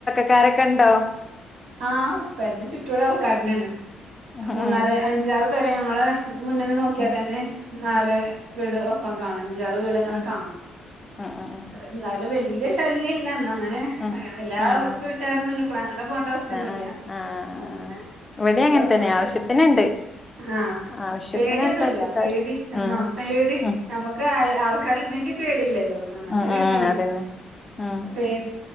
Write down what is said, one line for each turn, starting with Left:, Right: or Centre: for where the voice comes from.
Left: ക്കാരൊക്കെ ഇണ്ടോ
Right: ആ പേരെന്റെ ചുറ്റും ആൾക്കാരന്നെയാണ്
Left: ഉം
Right: മൂന്നാല്
Left: ഉം
Right: അഞ്ചാറ് പെര ഞങ്ങള് മുന്നന്ന് നോക്കിയാൽ
Left: ഉം
Right: തന്നെ നാല് വീട് ഒപ്പം കാണാന്ണ്ട് അഞ്ചാറു വീട്ങ്ങനെ
Left: ഉം
Right: കാണും
Left: ഉം ഉം
Right: എന്നാലും വെല്യ ശല്യം ഇല്ല എന്നാ അങ്ങനെ
Left: ഉം
Right: എല്ലാ
Left: ആഹ്
Right: വീട്ടുകാരും മുന്നിൽക്കൂടെ അങ്ങനെ പോണ്ട അവസ്ഥ ഒന്നുല്ല
Left: ആഹ് ആഹ്
Right: അങ്ങനെ
Left: ഇവിടെ
Right: വെല്യ
Left: അങ്ങനെ
Right: കൊയപ്പൊന്നുല്ല
Left: തന്നെ ആവശ്യത്തിനുണ്ട്
Right: ആഹ്
Left: ആവശ്യത്തിന്
Right: പേടിയൊന്നുല്ല
Left: അയൽവക്കക്കാരുണ്ട്
Right: പേടി എന്ന
Left: ഉം
Right: പേടി
Left: ഉം
Right: നമ്മക്ക് ആൾക്കാരുണ്ടെങ്കിൽ പേടില്ലല്ലോ അങ്ങനത്തെ
Left: ഉം
Right: ഒരു
Left: ഉം
Right: ഇത്
Left: ഉം
Right: തന്നെ
Left: അതന്നെ ഉം
Right: പേടി പേ